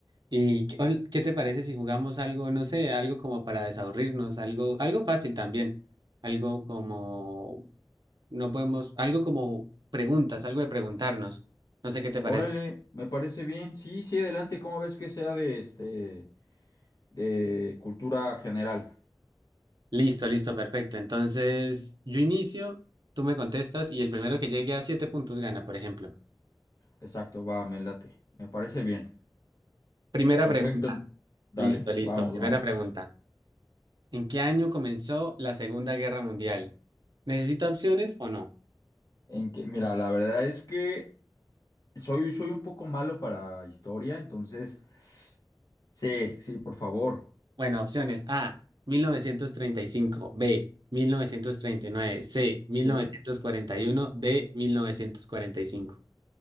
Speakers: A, on the right (about 70°); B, on the left (about 50°).
A: ¿Y qué, ol- qué te parece si jugamos algo, no sé, algo como para desaburrirnos, algo, algo fácil también, algo como, no podemos, algo como preguntas, algo de preguntarnos, no sé qué te
B: Órale,
A: parece.
B: me parece bien. Sí, sí, adelante, ¿cómo ves que sea de este de cultura general?
A: Listo, listo, perfecto. Entonces, yo inicio, tú me contestas y el primero que llegue a siete puntos gana, por ejemplo.
B: Exacto, va, me late. Me parece bien.
A: Primera
B: Perfecto.
A: pregunta.
B: en- Dale,
A: Listo, listo,
B: vamos,
A: primera
B: vamos.
A: pregunta. ¿En qué año comenzó la Segunda Guerra Mundial? ¿Necesita opciones o no?
B: En que, mira, la verdad es que soy, soy un poco malo para historia, entonces, sí, sí, por favor.
A: Bueno, opciones A, 1935, B, 1939, C, 1941,
B: Sí,
A: D, 1945.